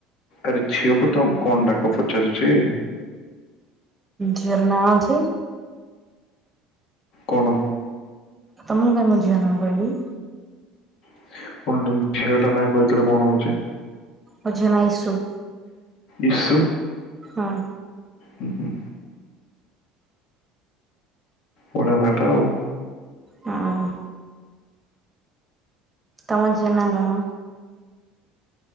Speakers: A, on the left; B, on the right.
A: ଆରେ ଝିଅକୁ ତମେ କଣ ଡାକ ପଚାରୁଛି?
B: ଝିଅର ନାଁ ଅଛି।
A: କଣ?
B: ତମକୁ କାଇଁ ମୋ ଝିଅ ନା କହିବି।
A: <unintelligible> ଝିଅଟା ନା କହିଦେଲେ କଣ ହଉଛି।
B: ମୋ ଝିଅ ନା ଇଶୁ।
A: ଇଶୁ।
B: ହଁ।
A: ହୁଁ ହୁଁ। ବଢିଆ ନାତ ଆଉ।
B: ହଁ। ତମ ଝିଅ ନାଁ କଣ?